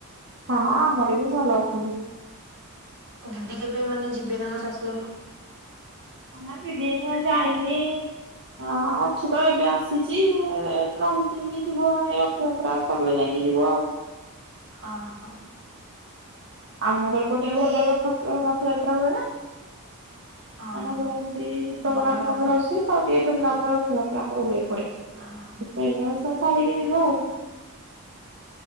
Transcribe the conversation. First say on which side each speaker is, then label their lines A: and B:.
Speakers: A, on the right; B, on the right.
A: ହଁ ଆମର ବି ଭଲ ଅଛନ୍ତି।
B: ତ ଦିଦି କେବେ ମାନେ ଯିବେ ତାଙ୍କ ଶାଶୁଘରକୁ?
A: ହ ଦିଦି ଏଇ ନା ଯାଇନି ହ ଅଛ ତ ଏବେ ଆସିଛି ଏଠି ରହିଥିନି କି ଜିବ ମାନେ ତ୍ରାସ କରଲେ ଯାଇକି ଯିବ ଆଉ।
B: ହ, ହଁ।
A: ଆମର ଏପଟେ ଭଲ ରଥ ରଥଯାତ୍ରା ହୁଏ ନା।
B: ହଁ
A: ଆମ
B: ହଁ
A: ଘର ଏମିତି ଜଗନ୍ନାଥ
B: ଭଲ ଆଉ।
A: ମନ୍ଦିର ଅଛି। ହଁ ଧୁମ୍ ଧାମ୍ ରେ <unintelligible> ଆମର ହୁଏ ଏପଟେ।
B: ହଁ
A: ସେ ସାରିକି ଯିବ ଆଉ।